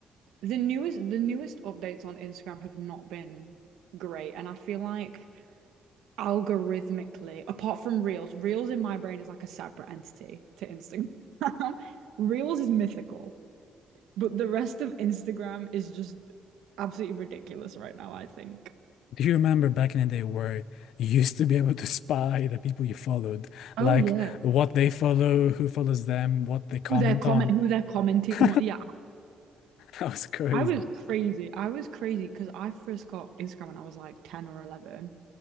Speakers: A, on the right; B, on the left.
A: The newest the newest updates on Instagram have not been great, and I feel like algorithmically, apart from Reels, Reels in my brain is like a separate entity to Instagram. <laughs> Reels is mythical, but the rest of Instagram is just absolutely ridiculous right now, I think.
B: Do you remember back in the day where you used to be able to spy the people you followed, like
A: Oh yeah.
B: what they follow, who follows them, what they comment
A: Who they're comment
B: on?
A: who they're commenting
B: <laughs>
A: on. Yeah.
B: That was crazy.
A: I was crazy. I was crazy because I first got Instagram when I was like 10 or 11.